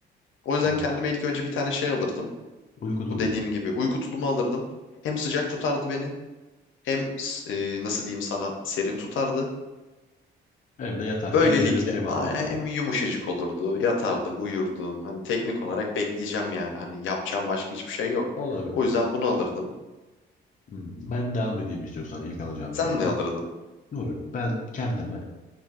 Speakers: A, on the left; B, on the left.
A: O yüzden
B: Hmm,
A: kendime ilk önce bir tane şey alırdım.
B: Uyku tulumu.
A: Bu dediğim gibi uyku tulumu alırdım. Hem sıcak tutardı beni, hem s- e, nasıl diyeyim sana serin tutardı.
B: Hem de yatarken
A: Böylelikle
B: bir yerine bir şey batmazdı.
A: a- hem yumuşacık olurdu. Yatardım, uyurdum. Hani teknik olarak bekleyeceğim yani. Hani yapacağım başka hiçbir şey yok.
B: Olabilir.
A: O yüzden bunu alırdım.
B: Hmm, Ben devam edeyim istiyorsan ilk alacağım
A: Sen
B: şeyle.
A: ne alırdın?
B: Doğru. Ben kendime